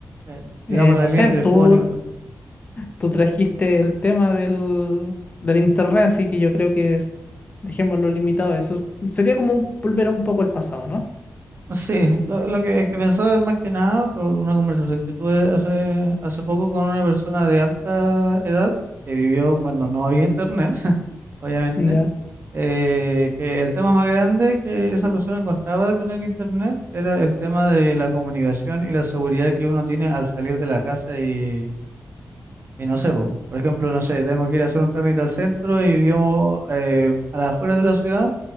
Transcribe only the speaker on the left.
Eh,
no
sé,
tú, tú trajiste el tema del, del internet, así que yo creo que es- dejémoslo limitado a eso. Sería como volver un poco al pasado, ¿no?
Ya,